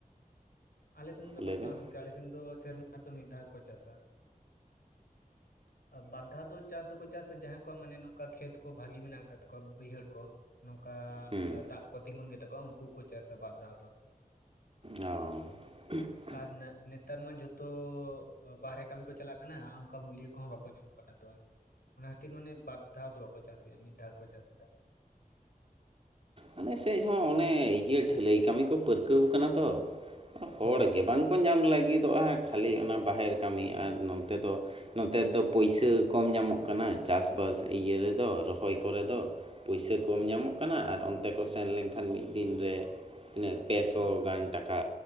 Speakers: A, on the left; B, on the right.
A: ᱟᱞᱮᱥᱮᱱ ᱫᱚ
B: ᱞᱟᱹᱭ
A: ᱵᱟᱝ
B: ᱵᱮᱱ
A: ᱜᱚᱝᱠᱮ ᱟᱞᱮᱥᱮᱱ ᱫᱚ ᱥᱮᱨᱢᱟ ᱨᱮ ᱫᱚ ᱢᱤᱫ ᱫᱷᱟᱣ ᱜᱮ ᱠᱚ ᱪᱟᱥᱟ᱾ ᱵᱟᱨᱫᱷᱟᱣ ᱫᱚ ᱪᱟᱥ ᱫᱚᱠᱚ ᱪᱟᱥᱟ ᱡᱟᱦᱟᱸᱭ ᱠᱚᱣᱟᱜ ᱢᱟᱱᱮ ᱱᱚᱝᱠᱟ ᱠᱷᱮᱛ ᱠᱚ ᱵᱷᱟᱜᱤ ᱢᱮᱱᱟᱜ ᱟᱠᱟᱫ ᱛᱟᱠᱚᱣᱟ ᱵᱟᱹᱭᱦᱟᱹᱲ ᱠᱚ᱾ ᱱᱚᱝᱠᱟ
B: ᱦᱮᱸ
A: ᱫᱟᱜ ᱠᱚ ᱛᱤᱜᱩᱱ ᱜᱮᱛᱟ ᱠᱚᱣᱟ ᱩᱱᱠᱩᱠᱩ ᱪᱟᱥᱟ ᱵᱟᱨ ᱫᱷᱟᱣ ᱫᱚ᱾
B: ᱚ, <unintelligible>
A: ᱟᱨ ᱱᱮᱛᱟᱨ ᱢᱟ ᱡᱷᱚᱛᱚ ᱵᱟᱨᱦᱮ ᱠᱟᱹᱢᱤ ᱠᱚ ᱪᱟᱞᱟᱜ ᱠᱟᱱᱟ ᱚᱱᱠᱟ ᱢᱩᱞᱭᱳ ᱠᱚᱦᱚᱸ ᱵᱟᱠᱚ ᱧᱟᱢ ᱠᱟᱱᱟ ᱛᱚ᱾ ᱚᱱᱟ ᱠᱷᱟᱹᱛᱤᱨ ᱢᱟᱱᱮ ᱵᱟᱨ ᱫᱷᱟᱣ ᱫᱚ ᱵᱟᱠᱚ ᱪᱟᱥ ᱮᱜ-ᱟ ᱢᱤᱫ ᱫᱷᱟᱣ ᱜᱮᱠᱚ ᱪᱟᱥ ᱮᱫᱟ᱾
B: ᱟᱞᱮ ᱥᱮᱡ ᱦᱚᱸ ᱚᱱᱮ ᱤᱭᱟᱹ ᱰᱷᱟᱹᱞᱟᱹᱭ ᱠᱟᱹᱢᱤ ᱠᱚ ᱯᱟᱹᱨᱠᱟᱹᱣ ᱠᱟᱱᱟ ᱛᱚ᱾ ᱦᱚᱲ
A: ᱦᱳᱭ
B: ᱜᱮ ᱵᱟᱝᱠᱚ ᱧᱟᱢ ᱞᱟᱹᱜᱤᱫᱚᱜ-ᱟ, ᱠᱷᱟᱹᱞᱤ ᱚᱱᱟ ᱵᱟᱦᱮᱨ ᱠᱟᱹᱢᱤ ᱟᱨ ᱱᱚᱱᱛᱮ ᱫᱚ ᱱᱚᱛᱮ ᱫᱚ ᱯᱩᱭᱥᱟᱹ ᱠᱚᱢ ᱧᱟᱢᱚᱜ ᱠᱟᱱᱟ ᱪᱟᱥ-ᱵᱟᱥ ᱤᱭᱟᱹ ᱨᱮᱫᱚ ᱨᱚᱦᱚᱭ ᱠᱚᱨᱮ ᱫᱚ᱾ ᱯᱩᱭᱥᱟᱹ ᱠᱚᱢ ᱧᱟᱢᱚᱜ ᱠᱟᱱᱟ, ᱟᱨ ᱚᱱᱛᱮ ᱠᱚ ᱥᱮᱱ ᱞᱮᱱᱠᱷᱟᱱ ᱢᱤᱫ ᱫᱤᱱ ᱨᱮ ᱩᱱᱟᱹᱜ ᱯᱮᱥᱚ ᱜᱟᱱ ᱴᱟᱠᱟ